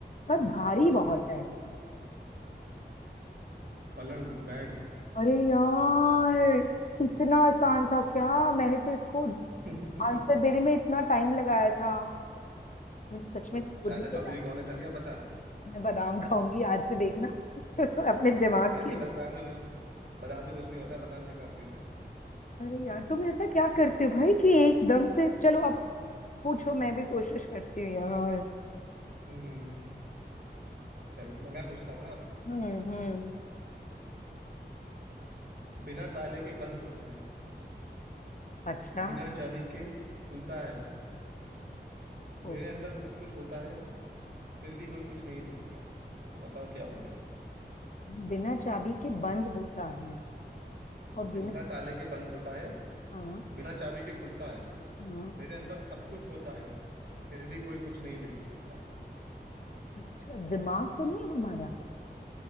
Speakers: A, on the left; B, on the right.
A: पर
B: हम्म,
A: भारी बहुत
B: हम्म,
A: है
B: पलंग बेड
A: अरे यार इतना आसान था क्या मैंने तो इसको
B: <laughs>
A: आंसर देने में इतना टाइम लगाया था मुझे सच में
B: तब
A: अपनी बुद्धि
B: चाचा
A: पे
B: चौधरी कौन है चल गया पता
A: मैं बादाम खाऊंगी आज से देखना <laughs> अपने दिमाग
B: नहीं नहीं
A: की
B: बादाम से कुछ बादाम से कुछ नहीं होता बादाम बेकार चीज है
A: अरे यार तुम ऐसा क्या करते हो भाई कि एकदम से चलो अब पूछो मैं भी कोशिश करती हूँ यार
B: हम्म चलो मैं मैं पूछता हूँ ना
A: हम्म हम्म
B: बिना ताले के बंद होता है
A: अच्छा
B: बिना चाबी के खुलता है
A: ओके
B: मेरे अंदर सब कुछ होता है फिर भी कोई कुछ नहीं देखता बताओ क्या हूं मैं
A: बिना चाबी के बंद होता है और
B: बिना
A: बिना
B: ताले के बंद होता है
A: हाँ
B: बिना चाबी के खुलता है
A: हाँ
B: मेरे अंदर सब कुछ होता है फिर भी कोई कुछ नहीं देखता
A: अच्छा दिमाग तो नहीं है हमारा